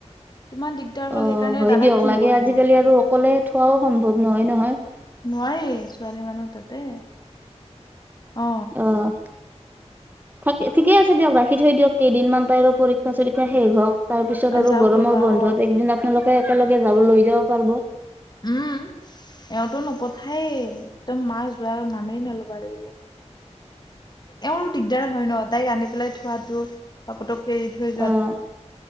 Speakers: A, on the left (about 35°); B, on the right (about 15°).
A: কিমান দিগদাৰ হ'ল
B: অ
A: সেইকাৰণে
B: হয়
A: দাদাক
B: দিয়ক
A: ফোন
B: লাগে,
A: কৰিলো
B: আজিকালি আৰু অকলে থোৱাও সম্ভৱ নহয় নহয়।
A: নোৱাৰি ছোৱালী মানুহ তাতে। অ
B: আহ। থাক ঠিকে আছে দিয়ক ৰাখি থৈ দিয়ক কেইদিনমান পাই আৰু পৰীক্ষা চৰীক্ষা শেষ হওক। তাৰ পিছত আৰু
A: যাওক
B: গৰমৰ
A: ৰবা
B: বন্ধত
A: অ
B: একদিন আপোনালোকে একেলগে যাব লৈ যাব পাৰিব।
A: হম। এওঁতো নপথায়ে একদম মা যোৱা নামেই নলবা দে বোলে। এওঁৰো দিগদাৰ হয় ন', তাইক আনি পেলাই থোৱাতো। হৈ য
B: অ
A: <unintelligible>